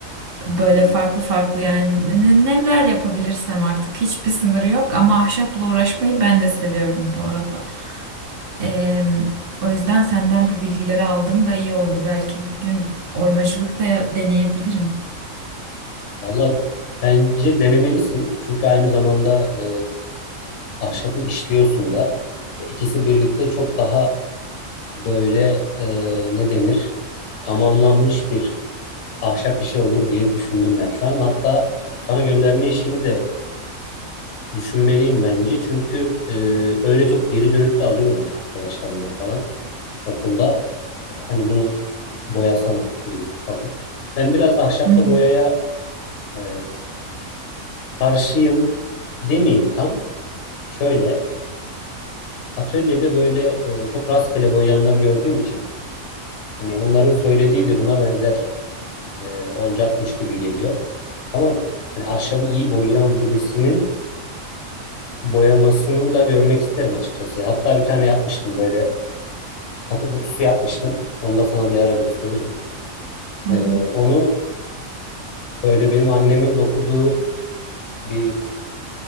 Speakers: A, on the right (about 50°); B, on the left (about 70°).
A: Böyle
B: Hmm.
A: farklı farklı yani ne- ne- neler yapabilirsem artık hiçbir sınırı yok ama ahşapla uğraşmayı ben de seviyorum bu arada. Em, o yüzden senden bu bilgileri aldım da iyi oldu. Belki bir gün oymacılık da ya- deneyebilirim.
B: Valla bence denemelisin. Çünkü aynı zamanda e, ahşabı işliyorsun da. E, İkisi birlikte çok daha böyle e, ne denir? Tamamlanmış bir ahşap işi olur diye düşündüm ben şu an. Hatta sana gönderme işini de Düşünmeliyim bence çünkü e, öyle çok geri dönüt de alıyorum ya arkadaşlarımdan falan okulda hani bunu boyasana gibi falan. Ben biraz ahşapla
A: Hı hı.
B: boyaya e, karşıyım demeyeyim tam. Şöyle atölyede böyle e, çok rastgele boyayanları gördüğüm için hani onların söylediği de buna benzer e, olacakmış gibi geliyor. Ama hani ahşabı iyi boyayan birisinin boyamasını da görmek isterim açıkçası. Hatta bir tane yapmıştım böyle takı kutusu yapmıştım. Onu da sana bir ara gösteririm.
A: Hı
B: Ee,
A: hı.
B: onu böyle benim annemin dokuduğu bir